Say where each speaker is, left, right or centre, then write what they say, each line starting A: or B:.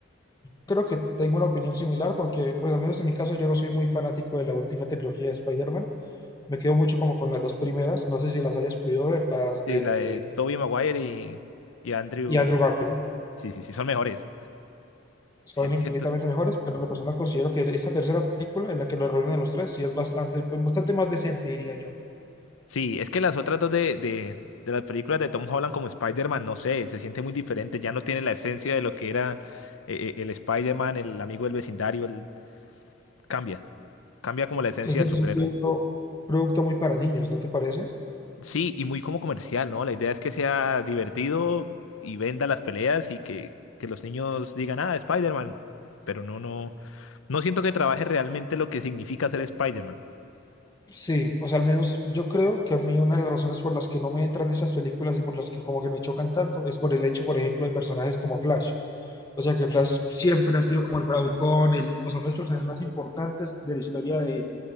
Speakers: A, on the left (about 20°); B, on the left (about 80°).
A: Creo que tengo una opinión similar porque, pues al menos en mi caso, yo no soy muy fanático de la última trilogía de Spider-Man. Me quedo mucho como con las dos primeras. No sé si las hayas podido ver, las
B: Sí,
A: de...
B: la de Tobey Maguire y, y Andrew.
A: Y Andrew Garfield.
B: Sí, sí, sí, son mejores.
A: son
B: Siento,
A: infinitamente
B: siento-
A: mejores, pero en lo personal considero que esta tercera película en la que los reúnen a los tres sí es bastante, pues, bastante más decente, diría yo.
B: Sí, es que las otras dos de, de, de las películas de Tom Holland como Spider-Man, no sé, se siente muy diferente. Ya no tiene la esencia de lo que era eh, eh, el Spider-Man, el amigo del vecindario. El... Cambia, cambia como la esencia
A: Se siente
B: del
A: que
B: superhéroe.
A: es un producto, producto muy para niños, ¿no te parece?
B: Sí, y muy como comercial, ¿no? La idea es que sea divertido y venda las peleas y que, que los niños digan, ah, Spider-Man. Pero no, no, no siento que trabaje realmente lo que significa ser Spider-Man.
A: Sí, o sea, al menos yo creo que a mí una de las razones por las que no me entran esas películas y por las que como que me chocan tanto es por el hecho, por ejemplo, de personajes como Flash. O sea, que Flash siempre ha sido como el bravucón, el, o sea, uno de los personajes más importantes de la historia de,